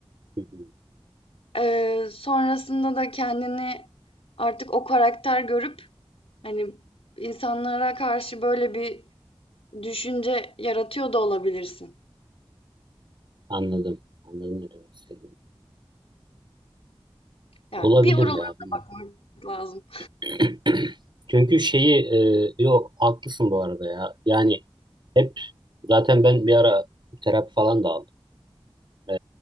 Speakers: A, on the right; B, on the left.
A: Hı hı.
B: Eee, sonrasında da kendini artık o karakter görüp, hani, insanlara karşı böyle bir Düşünce yaratıyor da olabilirsin.
A: Anladım, anladım ne demek istediğini.
B: Yani
A: Olabilir
B: bir oralara
A: ya, bilmiyorum.
B: bakmak lazım.
A: <clears throat> Çünkü şeyi, e, yok haklısın bu arada ya. Yani hep, zaten ben bir ara terapi falan da aldım. E,